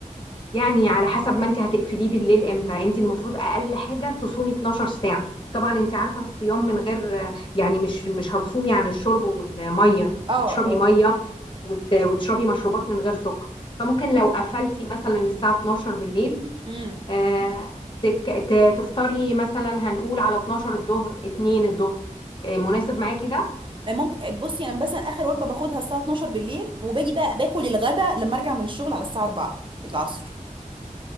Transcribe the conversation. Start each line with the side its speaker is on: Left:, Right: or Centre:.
Left: يعني على حسب ما انت هتقفليه بالليل امتى انت المفروض اقل حاجه تصومي 12 ساعه طبعا انت عارفه الصيام من غير يعني مش مش هتصومي عن الشرب والميه
Right: اه
Left: هتشربي
Right: اه
Left: ميه وت- وتشربي مشروبات من غير سكر فممكن
Right: حلو
Left: لو قفلتي مثلا الساعه 12 بالليل
Right: امم
Left: آه، تك- ت- تفطري مثلا هنقول على 12 الظهر 2 الظهر آه، مناسب معاكي ده
Right: ممكن بصي انا مثلا اخر وجبه باخدها الساعه 12 بالليل وباجي بقى باكل الغدا لما ارجع من الشغل على الساعه 4 العصر